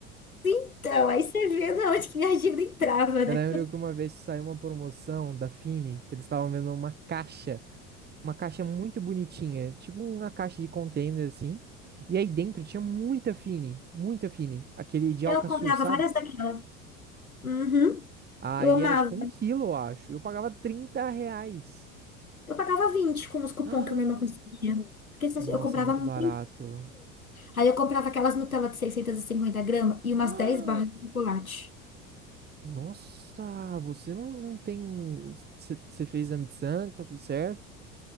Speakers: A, on the left; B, on the right.
A: Então, aí você vê de onde que minha dívida entrava,
B: Eu
A: né?
B: lembro que uma vez saiu uma promoção da Fini, que eles estavam vendo uma caixa, uma caixa muito bonitinha, tipo uma caixa de container assim. E aí dentro tinha muita Fini, muita Fini, aquele de Alcaçuz,
A: Eu comprava
B: sabe?
A: várias daquelas. Uhum.
B: Aí
A: Eu amava.
B: era tipo um quilo, eu acho. Eu pagava trinta reais. <gasps>
A: Eu pagava 20 com os cupons
B: Ah,
A: que minha irmã conseguia. Porque se-
B: Nossa,
A: eu comprava
B: muito
A: muito.
B: barato.
A: Aí eu comprava aquelas Nutella de 650 gramas e
B: <gasps>
A: umas 10 barras de chocolate.
B: Nossa, você não, não tem. um, Você você fez exame de sangue, tá tudo certo?